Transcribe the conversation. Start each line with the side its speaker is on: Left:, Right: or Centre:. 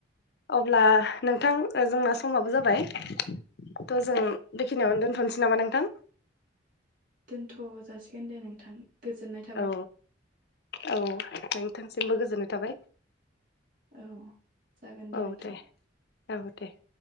Left: अब्ला नोंथां ओ जोंना समाबो जाबाय थ' जों बेखिनियावनो दोनथ'नोसै नामा नोंथां।
Right: दोनथ' जासिगोन दे नोंथां गोजोननायथ
Left: औ औ नोंथांसिमबो गोजोननाय थाबाय।
Right: औ जागोन
Left: औ
Right: नोंथां
Left: दे औ दे।